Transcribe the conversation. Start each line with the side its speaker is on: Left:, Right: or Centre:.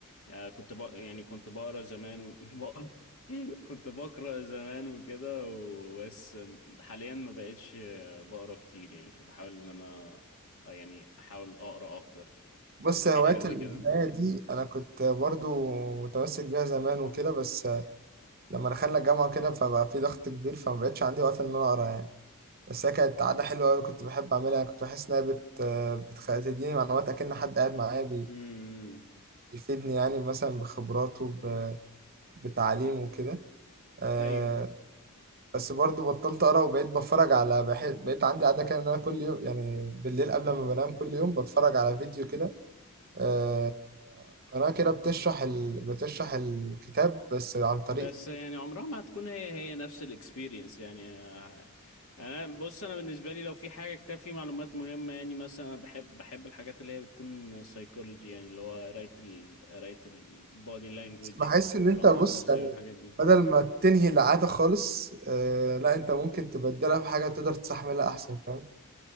Left: آه، كنت بق... يعني كنت بقرا زمان و... <laughs> بق- كنت بقرا زمان وكده وبس آه، حاليا ما بقتش آه، بقرا كتير يعني فبحاول ان انا آه، يعني احاول اقرا اكتر
Right: بص
Left: انت في
Right: هوايات
Left: حاجة زي
Right: القراية
Left: كده
Right: دي أنا كنت برضو متمسك بيها زمان وكده بس لما دخلنا الجامعة كده فبقى في ضغط كبير فمبقتش عندي وقت إن أنا أقرا يعني بس هي كانت عادة حلوة أوي كنت بحب أعملها يعني. كنت بحس إنها بت... بتخ... بتديني معلومات أكن حد قاعد معايا بي...
Left: امم
Right: بيفيدني يعني مثلا بخبراته ب... بتعليمه وكده أه...
Left: ايوه
Right: بس برضو بطلت أقرا وبقيت بتفرج على بح... بقيت عندي عادة كده إن أنا كل يوم يعني بالليل قبل ما بنام كل يوم بتفرج على فيديو كده آه، قناة كده بتشرح ال... بتشرح الكتاب بس عن طريق
Left: بس يعني عمرها ما هتكون هي هي نفس الاكسبيرينس يعني آه، انا بص انا بالنسبه لي لو في حاجه كتاب فيه معلومات مهمه يعني مثلا انا بحب بحب الحاجات اللي هي بتكون سايكولوجي يعني اللي هو قرايه ال قرايه البودي لانجوج
Right: بس بحس إن
Left: والامراض
Right: أنت بص
Left: النفسيه
Right: يعني
Left: والحاجات دي
Right: بدل ما تنهي العادة خالص آه لا أنت ممكن تبدلها بحاجة تقدر تستحملها أحسن فاهم